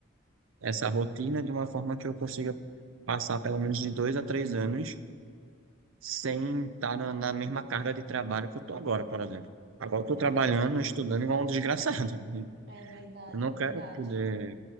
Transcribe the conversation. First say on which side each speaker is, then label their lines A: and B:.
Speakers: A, on the right (about 80°); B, on the right (about 50°).
A: essa rotina de uma forma que eu consiga passar pelo menos de dois a três anos. sem estar na, na mesma carga de trabalho que eu estou agora, por exemplo. Agora eu estou
B: É,
A: trabalhando, estudando igual um desgraçado. <laughs>
B: é verdade,
A: Eu não
B: é
A: quero
B: verdade.
A: poder